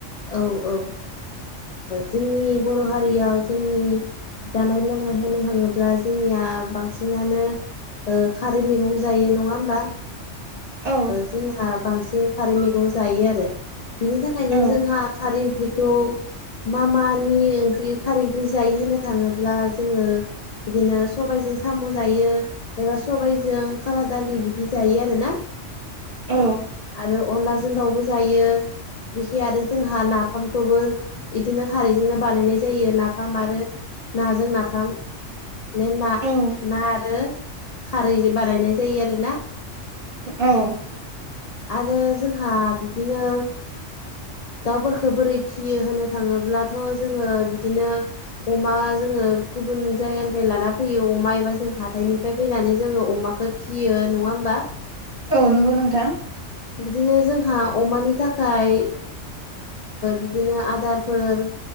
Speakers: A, on the left; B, on the right.
A: औ औ जोंनि बर' हारियाव जोंनि जानाय लोंनाय होनो थाङोब्ला जोंनिया बांसिनानो ओ खारै मैगं जायो नङा होमबा
B: औ
A: जोंहा बांसिन खारै मैगं जायो आरो बिनि थाखायनो
B: औ
A: जोंहा खारै ओंख्रिखौ मा मानि ओंख्रि खारै ओंख्रि जायो होननो थाङोब्ला जोङो बिदिनो सबायजों साम' जायो एबा सबाइजों खाला दालि बिदि बिदि जायो आरो ना
B: औ
A: आरो अनलाजों दाउबो जायो बिखि आरो जोंहा नाफामखौबो बिदिनो खारैजोंनो बानायनाय जायो नाफाम आरो नाजों नाफाम म ना
B: औ
A: ना आरो खारै बानायनाय जायो आरो ना
B: औ
A: आरो जोंहा बिदिनो दाउफोरफोरखौ बोरै फिसियो होनो थाङोब्लाथ' जोङो बिदिनो अमा जोङो गुबुन जायगानिफ्राय लाना फैयो अमा एबा जों हाथाइनिफ्राय फैनानै जोङो अमाखौ फियो नङा होमबा
B: औ नंगौ नोंथां
A: बिदिनो जोंहा अमानि थाखाय बिदिनो आदारफोर